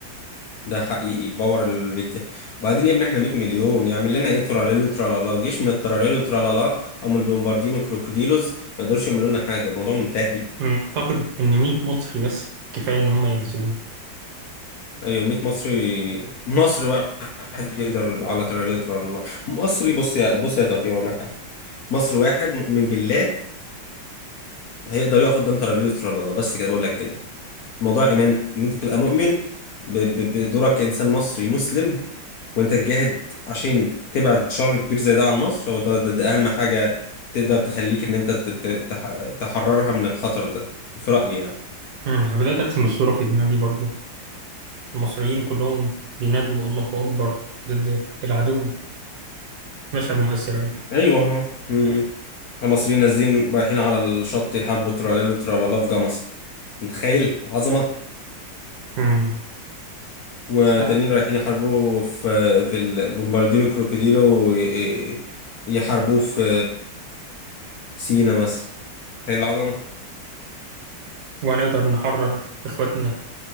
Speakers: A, on the left; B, on the right.
A: ده حقيقي الباور اللي بيدي وبعدين يا ابني احنا 100 مليون يعمل لنا ايه تراليلو ترالالا جيش من التراليلو ترالالا او من البومباردينو كروكوديلوز ما يقدروش يعملوا لنا حاجه الموضوع منتهي
B: مم. أعتقد إن 100 مصري بس كفاية إن هم يهزمون
A: ايوه 100 مصري مصري واحد يقدر على تريليتر ولا لا. مصري بص يا بص يا توفيق اقول لك حاجه مصري واحد مؤمن بالله هيقدر يقف قدام تريليتر ولا لا. بس كده بقول لك كده الموضوع ايمان ان انت تبقى مؤمن ب- ب- بدورك كانسان مصري مسلم وانت تجاهد عشان تبعد شر كبير زي ده عن مصر هو ده, ده, ده اهم حاجه تقدر تخليك ان انت تت- تح- تحررها من الخطر ده في رايي يعني
B: مم. أنا بدأت أرسم الصورة في دماغي برضو المصريين كلهم بينادوا الله أكبر ضد العدو مشهد مؤثر أوي
A: ايوه احنا مم. المصريين نازلين رايحين على الشط يحاربوا تراليل وترالالا في جمصة متخيل العظمة
B: مم.
A: وتانيين
B: ساعات
A: رايحين يحاربوا في في ال- بومباردينو كروكوديلو وي- إيه، يحاربوه في سينا مثلا تخيل العظمة
B: وهنقدر نحرر إخواتنا